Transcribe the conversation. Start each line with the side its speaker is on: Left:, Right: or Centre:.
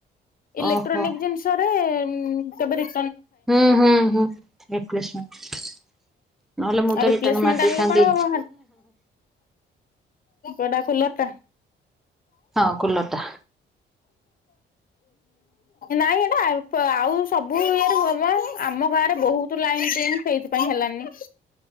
Left: ଇଲେକ୍ଟ୍ରୋନିକ
Centre: ଓହୋ
Left: ଜିନିଷରେ ହୁଁ ହୁଁ କେବେ ରି
Centre: ହୁଁ ହୁଁ ହୁଁ। <unintelligible> ନହେଲେ ମୁଁ
Left: ଆଉ
Centre: ତ
Left: ରିପ୍ଲେସମେଣ୍ଟ
Centre: ରିଟର୍ଣ ମାରି ଦେଇଥାନ୍ତି।
Left: ଆଣିଲେ କଣ ହବ? କାହିଁ
Centre: ହଁ କୁଲରଟା
Left: ନାଇଁ ଏଟା ଆଉ ସବୁ ଇଏରେ ହବ ଆମ ଗାଁରେ ବହୁତ ଲାଇନ ଡିମ୍ ସେଇଥିପାଇଁ। ପାଇଁ ହେଲାନି।